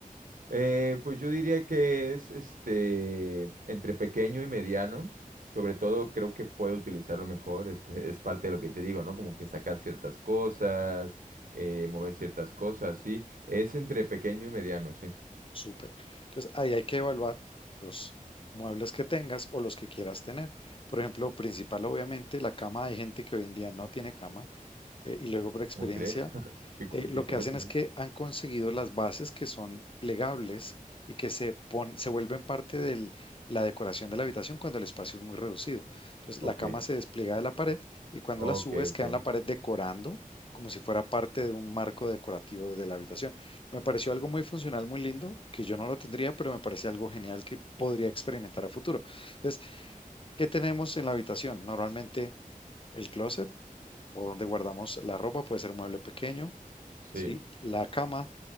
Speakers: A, on the right; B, on the left.
A: Eh, pues yo diría que es este entre pequeño y mediano. Sobre todo creo que puede utilizarlo mejor. Es, <laughs> es parte de lo que te digo, ¿no? Como que sacar ciertas cosas, eh, mover ciertas cosas, sí. Es entre pequeño y mediano, sí.
B: Súper. Entonces, ahí hay que evaluar los muebles que tengas o los que quieras tener. Por ejemplo, principal, obviamente, la cama. Hay gente que hoy en día no tiene cama. eh, y luego, por experiencia,
A: ¿Cómo crees? Qué, cu-
B: eh, lo
A: qué curioso,
B: que hacen es
A: sí.
B: que han conseguido las bases que son plegables y que se, pon- se vuelven parte de la decoración de la habitación cuando el espacio es muy reducido. Entonces,
A: Ok,
B: la cama se despliega de la pared y cuando
A: ok,
B: la subes,
A: ok.
B: queda en la pared decorando como si fuera parte de un marco decorativo de la habitación. Me pareció algo muy funcional, muy lindo, que yo no lo tendría, pero me parece algo genial que podría experimentar a futuro. Entonces, ¿qué tenemos en la habitación? Normalmente el closet o donde guardamos la ropa, puede ser un mueble pequeño.
A: Sí,
B: ¿sí? La cama.